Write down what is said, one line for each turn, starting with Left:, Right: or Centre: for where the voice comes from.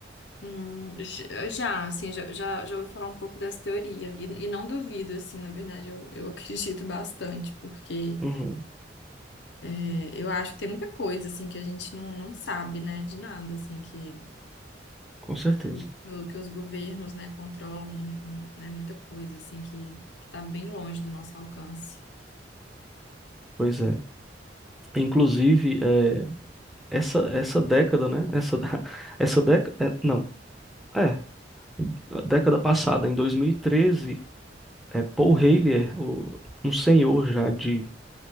Left: hum, j- já, assim, já, já, já ouvi falar um pouco dessa teoria. E, e não duvido, assim, na verdade, eu, eu <laughs> acredito bastante, porque
Centre: Uhum,
Left: é, eu acho que tem muita coisa, assim, que a gente não, não sabe, né, de nada, assim, que,
Centre: com certeza.
Left: que, o- que o- que os governos, né, controlam, hum, né, muita coisa, assim, que, que tá bem longe do nosso alcance.
Centre: Pois é. Inclusive, é, essa, essa década, né? Essa, <laughs> essa década. não, é. a Década passada, em 2013, é, Paul Heyler o- um senhor já de